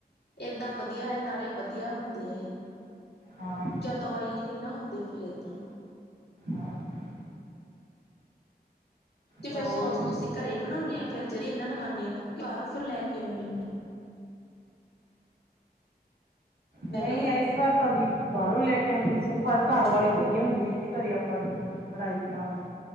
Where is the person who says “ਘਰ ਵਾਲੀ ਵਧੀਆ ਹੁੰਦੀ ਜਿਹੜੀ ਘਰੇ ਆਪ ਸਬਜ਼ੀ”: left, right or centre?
Right